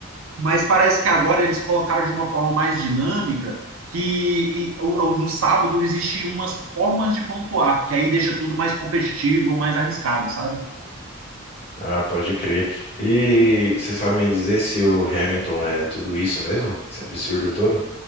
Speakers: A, on the right; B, on the left.
A: Mas parece que agora eles colocaram de uma forma mais dinâmica que no sábado existiam umas formas de pontuar, que aí deixa tudo mais competitivo, mais arriscado, sabe?
B: Ah, pode crer. E você sabe me dizer se o Hamilton é tudo isso mesmo? Esse absurdo todo?